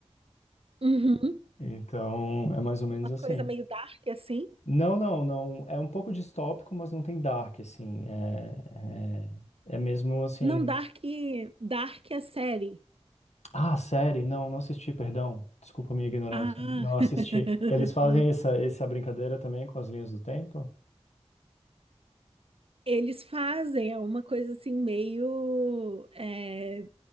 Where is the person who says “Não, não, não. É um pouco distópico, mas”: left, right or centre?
Left